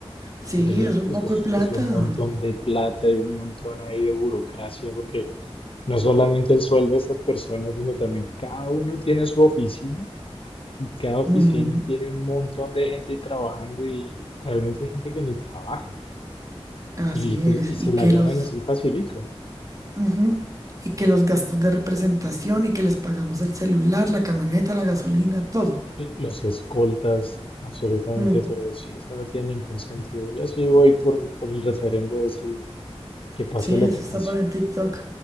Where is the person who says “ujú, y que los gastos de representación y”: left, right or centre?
Right